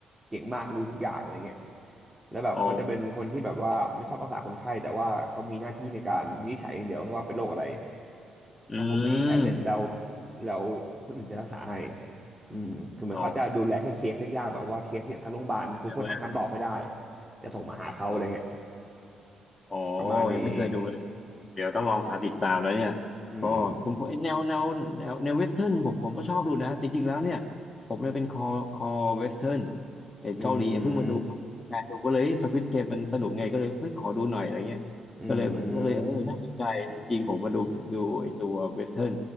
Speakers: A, on the right; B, on the left.
A: เก่งมากรู้ทุกอย่างอะไรเงี้ยแล้วแบบเขาจะเป็นคนที่แบบว่าไม่ชอบรักษาคนไข้แต่ว่าเขามีหน้าที่ในการวินิจฉัยอย่างเดียวว่าเป็นโรคอะไร
B: อ๋ออื
A: พอเขาวินิจฉัยเสร็จแล้ว
B: ม
A: แล้วคนอื่นจะรักษาให้อืมคือเหมือนเขาจะดูแลแค่เคสยากๆแบบว่าเคสที่แบบทางโรงพยาบาลคุณคนหาคำตอบไม่ได้
B: อ๋อใช่ไหม
A: จะส่งมาหาเขาอะไรเงี้ย
B: อ๋ออ๋อ
A: ประมาณนี้
B: ยังไม่เคยดูเลย เดี๋ยวต้องลองหาติดตามแล้วเนี่ย
A: อืม
B: ก็ผมผมเอ้ยแนวแนวแนวแนวเวสเทิร์นผมผมก็ชอบดูนะจริงๆแล้วเนี่ยผมเนี่ยเป็นคอคอเวสเทิร์นเห็นเกาหลีเพิ่งมาดู
A: อืม
B: แฟนดูก็เลยสควิดเกมมันสนุกไงก็เลยเฮ้ยขอดูหน่อยอะไรเงี้ยก็เลยก็เลยเออน่าสนใจจริงๆผมมาดูดูไอตัวเวสเทิร์น
A: อืม